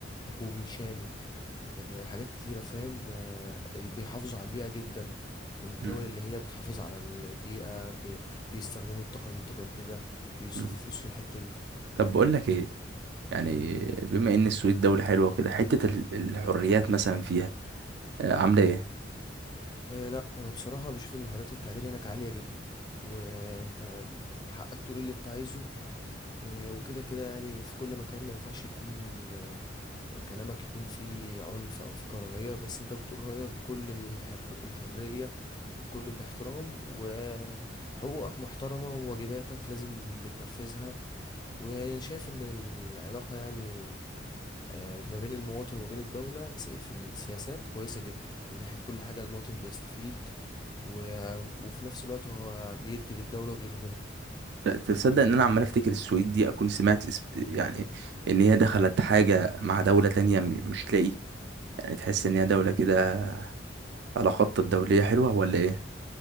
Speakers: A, on the left (about 25°); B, on the right (about 60°).
A: حكومي شامل آه، حاجات كتيرة فاهم آه، اللي بيحافظوا على البيئة جدا من الدول
B: مم.
A: اللي هي بتحافظ على البيئة ب- بيستخدموا الطاقة المتجددة بيصرفوا
B: مم.
A: فلوس في الحتة
B: طب بقول لك ايه يعني
A: دي
B: بما ان السويد دولة حلوة كده حتة ال- الحريات مثلا فيها آه، عاملة ايه
A: إيه لا انا بصراحه بشوف ان حريه التعبير هناك عاليه جدا وانت حقك تقول اللي انت عايزه إيه وكده كده يعني في كل مكان ما ينفعش يكون آه، كلامك يكون فيه عنف او فيه كراهيه بس انت بتقول رايك بكل الحر الحريه وبكل الاحترام وحقوقك محترمه وواجباتك لازم بتنفذها وانا شايف ان العلاقه يعني آه، ما بين المواطن وما بين الدوله س- في السياسات كويسه جدا من ناحيه كل حاجه المواطن بيستفيد و... وفي نفس الوقت هو بيدي للدولة وبيخدمها
B: ت- تصدق ان انا عمال افتكر السويد دي اكون سمعت اس- يعني ان هي دخلت حاجة مع دولة تانية م- مش تلاقي يعني تحس ان هي دولة كده على خط الدولية حلوة ولا ايه